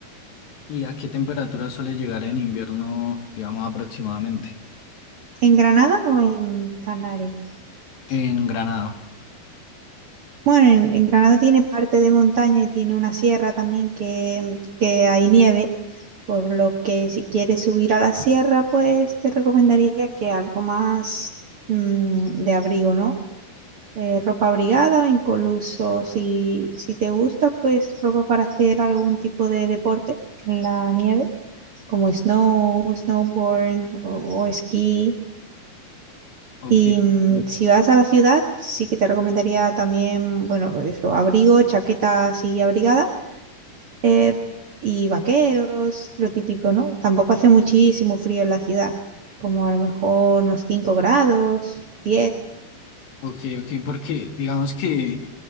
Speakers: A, on the left; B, on the right.
A: ¿Y a qué temperatura suele llegar en invierno, digamos, aproximadamente?
B: ¿En Granada o en Canarias?
A: En Granada.
B: Bueno, en, en Granada tiene parte de montaña y tiene una sierra también que, que hay nieve, por lo que si quieres subir a la sierra, pues te recomendaría que algo más mm, de abrigo, ¿no? eh, ropa abrigada, incluso si, si te gusta, pues ropa para hacer algún tipo de deporte en la nieve, como snow, snowboard o, o esquí.
A: Ok,
B: Y mm,
A: ok,
B: si vas a la ciudad, sí que te recomendaría también, bueno, eso, abrigo, chaqueta así abrigada, eh, y vaqueros, lo típico, ¿no? Tampoco hace muchísimo frío en la ciudad, como a lo mejor unos 5 grados, diez
A: ok, ok, ok, porque digamos que